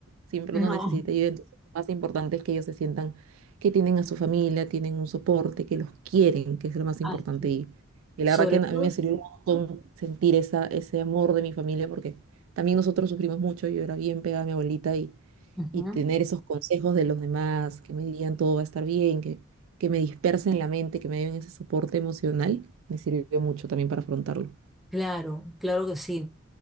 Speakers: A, on the right; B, in the centre.
A: Siempre
B: No,
A: uno necesita ayuda. Entonces, lo más importante es que ellos se sientan que tienen a su familia, tienen un soporte, que los quieren, que es lo más
B: así
A: importante. Y,
B: es.
A: y
B: Sobre
A: la verdad que a
B: todo
A: mí me sirvió un montón sentir esa, ese amor de mi familia, porque también nosotros sufrimos mucho. Yo era bien pegada a mi abuelita y
B: Ujú.
A: y tener esos consejos de los demás que me digan todo va a estar bien, que, que me dispersen la mente, que me den ese soporte emocional, me sirvió mucho también para afrontarlo.
B: Claro, claro que sí.